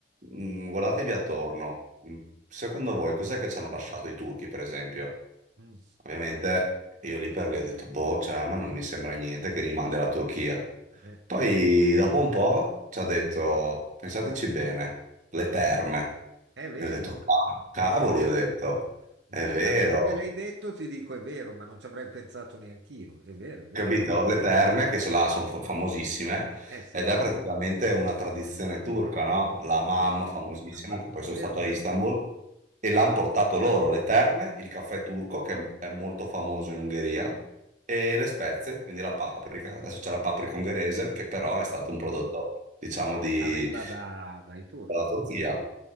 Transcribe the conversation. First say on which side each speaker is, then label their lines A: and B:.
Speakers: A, on the right; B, on the right.
A: "Mm, guardatevi attorno, Mm, secondo voi cos'è che ci hanno lasciato i turchi, per esempio?
B: mm.
A: Ovviamente io lì per lì ho detto, boh, cioè, ma non mi sembra niente che rimandi la Turchia.
B: Eh,
A: Poi
B: eh,
A: dopo un po' ci ha detto, pensateci bene, le terme.
B: È, vero,
A: Io ho detto, "Ca-
B: vedi.
A: cavoli, ho detto,
B: Mo-
A: è Eh, vero,
B: adesso che l'hai detto ti dico è vero, ma non ci avrei pensato neanch'io. È vero, è vero.
A: Capito? Le terme, che sono, là, sono fa- famosissime,
B: Eh sì.
A: ed è praticamente una tradizione turca, no? La mam,
B: Sì, sì,
A: famosissima,
B: sì, la mamma,
A: che poi
B: è
A: sono
B: vero,
A: stato
B: è
A: a
B: vero.
A: Istanbul, e l'hanno portato loro, le terme, il caffè turco, che è molto famoso in Ungheria, e le spezie, quindi la paprika. Adesso c'è la paprika ungherese, che però è stato un prodotto, diciamo, di
B: Arriva da- dai turchi.
A: dalla Turchia.